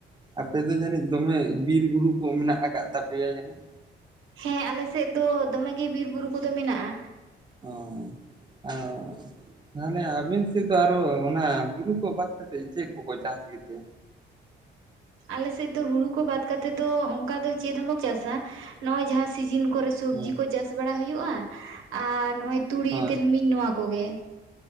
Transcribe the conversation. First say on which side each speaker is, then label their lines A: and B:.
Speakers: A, on the right; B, on the right.
A: ᱟᱯᱮ ᱫᱚ ᱡᱟᱹᱱᱤᱡ ᱫᱚᱢᱮ ᱵᱤᱨ ᱵᱩᱨᱩ ᱠᱚ ᱢᱮᱱᱟᱜ ᱟᱠᱟᱫ ᱛᱟᱯᱮᱭᱟ ᱡᱟᱱᱤᱡ
B: ᱦᱮᱸ ᱟᱞᱮ ᱥᱮᱫ ᱫᱚ ᱫᱚᱢᱮ ᱜᱮ ᱵᱤᱨ ᱵᱩᱨᱩ ᱠᱚᱫᱚ ᱢᱮᱱᱟᱜᱼᱟ
A: ᱚ <inaudible> ᱛᱟᱦᱞᱮ ᱟᱵᱤᱱ ᱥᱮᱫᱮᱫ ᱟᱨᱚ ᱚᱱᱟ ᱦᱩᱲᱩ ᱠᱚ ᱵᱟᱫ ᱠᱟᱛᱮᱫ ᱪᱮᱫ ᱠᱚᱯᱮ ᱪᱟᱥ ᱜᱮᱛᱮ?
B: ᱟᱞᱮᱥᱮᱫ ᱫᱚ ᱦᱩᱲᱩ ᱠᱚ ᱵᱟᱫ ᱠᱟᱛᱮᱫ ᱫᱚ ᱚᱱᱠᱟ ᱫᱚ ᱪᱮᱫ ᱦᱚᱸᱵᱚ ᱪᱟᱥᱟ ᱱᱚᱜᱚᱭ ᱡᱟᱦᱟᱸ ᱥᱤᱡᱤᱱ ᱠᱚᱨᱮ ᱥᱚᱵᱽᱡᱤ
A: ᱦᱮᱸ
B: ᱠᱚ ᱪᱟᱥ ᱵᱟᱲᱟ ᱦᱩᱭᱩᱜᱼᱟ ᱟᱨ ᱱᱚᱜᱼᱚᱭ ᱛᱩᱲᱤ
A: ᱦᱳᱭ
B: ᱛᱤᱞᱢᱤᱧ ᱱᱚᱣᱟ ᱠᱚᱜᱮ